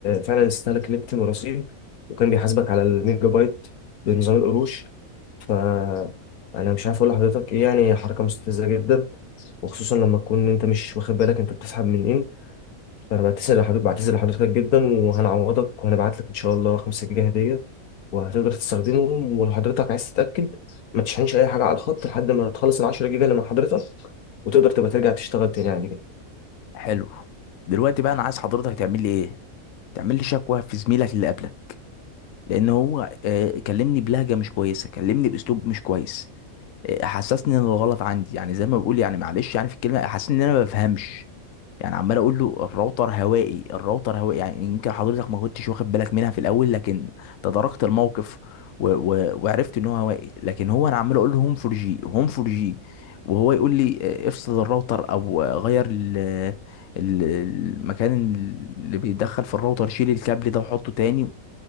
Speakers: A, on the left; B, on the left.
A: فعلا استهلك نت مراسيل وكان بيحاسبك على الميجا بايت بنظام القروش ف انا مش عارف اقول لحضرتك ايه يعني حركه مستفزه جدا وخصوصا لما تكون انت مش واخد بالك انت بتسحب من ايه فانا بعتذر لحضرتك بعتذر لحضرتك جدا وهنعوضك وهنبعت لك ان شاء الله 5 جنيه هديه وهتقدر تستخدمهم ولو حضرتك عايز تتاكد ما تشحنش اي حاجه على الخط لحد ما تخلص ال 10 جيجا اللي مع حضرتك وتقدر تبقى ترجع تشتغل تاني عادي جدا
B: حلو دلوقتي بقى انا عايز حضرتك تعمل لي ايه تعمل لي شكوى في زميلك اللي قبلك لان هو آه، كلمني بلهجه مش كويسه كلمني باسلوب مش كويس حسسني ان الغلط عندي يعني زي ما بقول يعني معلش يعني في الكلمه حسسني ان انا ما بفهمش يعني عمال اقول له الراوتر هوائي الراوتر هوائي يعني يمكن حضرتك ما كنتش واخد بالك منها في الاول لكن تداركت الموقف و... و... وعرفت ان هو هوائي لكن هو انا عمال اقول له هوم فور جي هوم فور جي وهو يقول لي آه، افصل الراوتر او آه، غير ال... ال- المكان اللي بيدخل في الراوتر شيل الكابل ده وحطه تاني